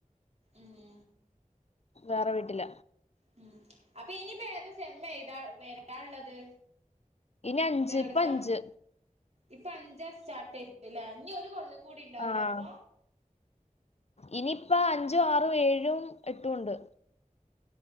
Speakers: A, on the right; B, on the left.
A: മ്.
B: വേറെ വീട്ടില
A: മ് അപ്പൊ ഇനിയിപ്പോ ഏതോ സേമ് ഏതാ വരാന്ള്ളത്
B: ഇനി അഞ്ച്
A: തേഡ്
B: ഇപ്പ
A: സേം
B: അഞ്ച്
A: ഇപ്പ അഞ്ചാ സ്റ്റാർട്ട് ചെയ്തലെ ഇൻഞ് ഒരു കൊല്ലം കൂടി ഉണ്ടാവൂലേ
B: ആഹ്
A: അപ്പൊ
B: ഇനിയിപ്പ അഞ്ചും ആറും ഏഴും എട്ടും ഉണ്ട്.